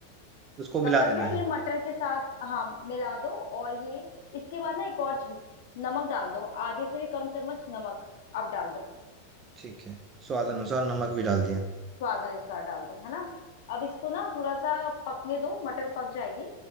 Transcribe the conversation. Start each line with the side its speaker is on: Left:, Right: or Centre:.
Right: उसको मिला
Left: तब तक
Right: देना
Left: ना
Right: है
Left: ये मटर के साथ हाँ मिला दो और ये इसके बाद ना एक और चीज नमक डाल दो आधे से भी कम चम्मच नमक अब डाल दो
Right: ठीक है स्वाद अनुसार नमक भी डाल दिया
Left: स्वाद अनुसार डाल दो है ना अब इसको ना थोड़ा सा पकने दो मटर पक जाएगी